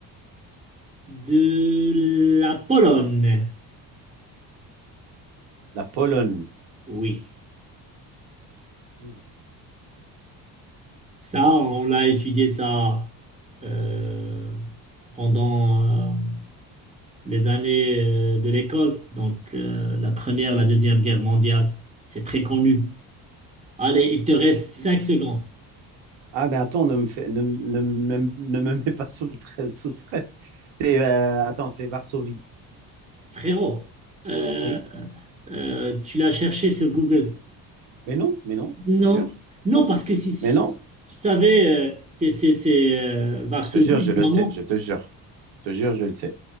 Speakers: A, on the right; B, on the right.
A: de la Pologne?
B: La Pologne.
A: Oui.
B: Hmm.
A: Ça, on l'a étudié ça euh, pendant euh, les années euh, de l'école, donc euh, la Première, la Deuxième Guerre mondiale, c'est très connu. Allez, il te reste cinq secondes.
B: Ah, mais attends, ne me, fais- ne, me- ne me ne me mets pas sous le, trait- sous le stress. C'est, euh, attends, c'est Varsovie.
A: Frérot, euh,
B: Oui,
A: euh, tu l'as cherché sur Google?
B: mais non, mais non,
A: Non,
B: je te jure.
A: non, parce que si, si
B: Mais non,
A: si tu savais euh, que c'est c'est, euh, Varsovie,
B: je te jure, je le
A: maman.
B: sais, je te jure. Je te jure, je le sais.